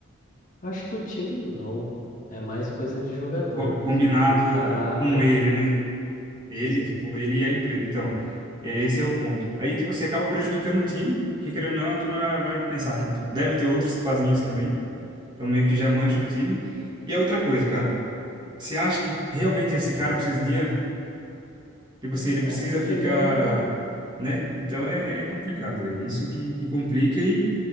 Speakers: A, on the left; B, on the right.
A: Acho que o time não. É mais coisa de jogador
B: Co-
A: mesmo,
B: combinado
A: de caráter,
B: com ele,
A: né?
B: né? Ele,
A: Sim.
B: tipo, ele e a empresa. Então, é, esse é o ponto. Aí, tipo, você acaba prejudicando o time, porque querendo ou não, a turma vai vai pensar, tipo, deve ter outros que fazem isso também. Então, meio que já mancha o time. E a outra coisa, cara, você acha que realmente esse cara precisa de dinheiro? Tipo
A: É,
B: assim,
A: Óbvio
B: ele precisa
A: que
B: ficar,
A: não, né?
B: né? Então é, é complicado, velho. Isso que, que complica e,